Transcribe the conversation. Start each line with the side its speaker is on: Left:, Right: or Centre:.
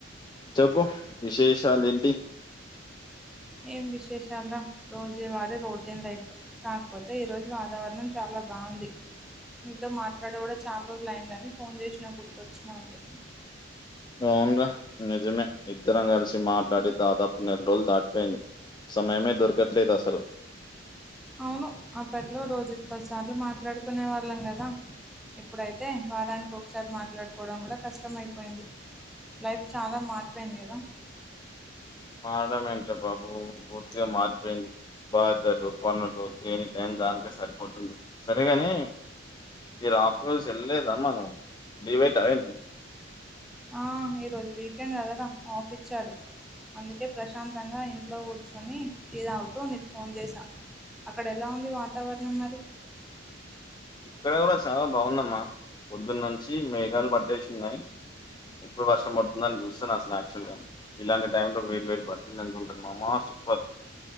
Left: చెప్పు విశేషాలు ఏంటి
Centre: ఏం విశేషాలు రా రోజు వారే రోటీన్ లైఫ్ కాకపోతే ఈ రోజు వాతావరణం చాలా బావుంది నీతో మాట్లాడిగూడ చాలా రోజులు అయిందని ఫోన్ చేసినా గుర్తొచ్చినవు అయితే
Left: అవును రా నిజమే ఇద్దరం కలిసి మాట్లాడి దాదాప్ ఓ నెల రోజులు దాటిపోయింది సమయమే దొరకట్లేదు అస్సలు
Centre: అవును అప్పట్లో రోజుకి పదిసార్లు మాట్లాడుకునే వాళ్ళం కదా ఇప్పుడైతే వారానికి ఒకసారి మాట్లాడుకోవడం కూడా కష్టం అయిపోయింది లైఫ్ చాలా మారిపోయింది కదా
Left: మారడం ఏంట్రా బాబు పూర్తిగా మార్ పోయింది బాధలు పనులు దేని టైం దానికే సరిపోతుంది సరే కాని మీరు ఆఫ్రోస్ వెళ్ళలేదమ్మా నువ్వు లీవ్ పెట్టావేంటి
Centre: ఆహ్ ఈ రోజు వీకెండ్ కదరా ఆఫ్ ఇచ్చారు అందుకే ప్రశాంతంగా ఇంట్లో కూర్చొని టీ తాగుతూ నీకు ఫోన్ చేసా అక్కడ ఎలా ఉంది వాతావరణం మరి
Left: ఇక్కడ కూడా చాలా బాగుందమ్మా పొద్దున్నుంచి మేఘాలు పట్టేసి ఉన్నాయి ఎప్పుడు వర్షం పడుతుందని చూస్తున అసలు యాక్చువల్గా ఇలాంటి టైంలో వేడి వేడి బజ్జీలు తింటుంటే మామ సూప్పర్